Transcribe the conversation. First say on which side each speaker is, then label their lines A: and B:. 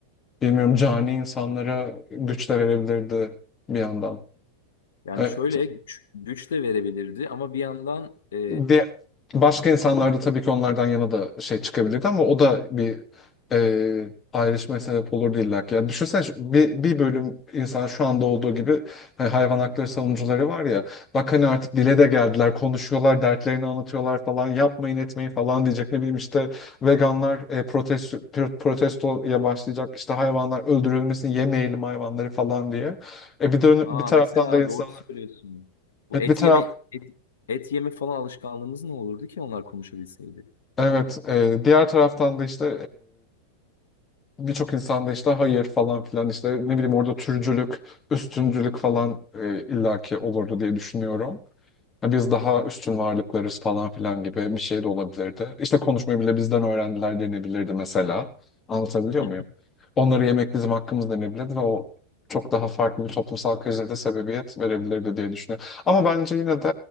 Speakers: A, on the left; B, on the left.
A: Bilmiyorum cani insanlara güç de verebilirdi bir yandan.
B: Yani
A: Evet,
B: şöyle güç, güç de verebilirdi ama bir yandan e,
A: Ve başka insanlar da tabii ki onlardan yana da şey çıkabilirdi ama o da bir e, ayrışmaya sebep olurdu illa ki. Yani düşünsene şu- bir, bir bölüm insan şu anda olduğu gibi hani hayvan hakları savunucuları var ya bak hani artık dile de geldiler konuşuyorlar dertlerini anlatıyorlar falan yapmayın etmeyin falan diyecek ne bileyim işte veganlar e, protesto, pro- protestoya başlayacak işte hayvanlar öldürülmesin yemeyelim hayvanları falan diye. E bir de
B: ha
A: bir taraftan
B: mesela
A: da insanlar
B: doğru söylüyorsun. Bu
A: Evet,
B: et
A: bir taraftan
B: yeme et, et yeme falan alışkanlığımız ne olurdu ki onlar konuşabilseydi?
A: Evet, e, diğer taraftan da işte e, birçok insan da işte hayır falan filan işte ne bileyim orada türcülük, üstüncülük falan e, illaki olurdu diye düşünüyorum. Ya biz daha üstün varlıklarız falan filan gibi bir şey de olabilirdi. İşte konuşmayı bile bizden öğrendiler denebilirdi mesela. Anlatabiliyor
B: <laughs>
A: muyum? Onları yemek bizim hakkımız denebilirdi ve o çok daha farklı bir toplumsal krize de sebebiyet verebilirdi diye düşünüyorum. Ama bence yine de